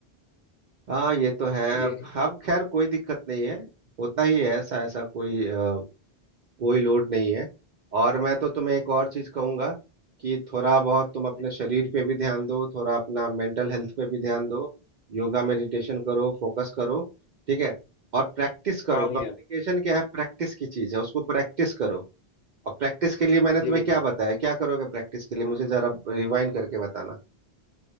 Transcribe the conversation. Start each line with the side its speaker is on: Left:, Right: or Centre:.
Right: हाँ ये तो है
Left: ये
Right: अब
Left: है
Right: अब खैर कोई दिक्कत नहीं है होता ही है ऐसा ऐसा कोई अ, कोई लोड नहीं है और मैं तो तुम्हें एक और चीज कहूंगा कि थोड़ा बहुत तुम अपने
Left: जी।
Right: शरीर पे भी ध्यान दो थोड़ा अपना मेंटल हेल्थ पे भी ध्यान दो योगा मेडिटेशन करो फोकस करो ठीक है और प्रैक्टिस करो
Left: हाँ
Right: कम्युनिकेशन
Left: भैया
Right: क्या है प्रैक्टिस की चीज है उसको प्रैक्टिस करो और प्रैक्टिस के लिए मैंने तुम्हें
Left: जी भैया
Right: क्या बताया क्या करोगे प्रैक्टिस के लिए मुझे जरा रिवाइंड करके बताना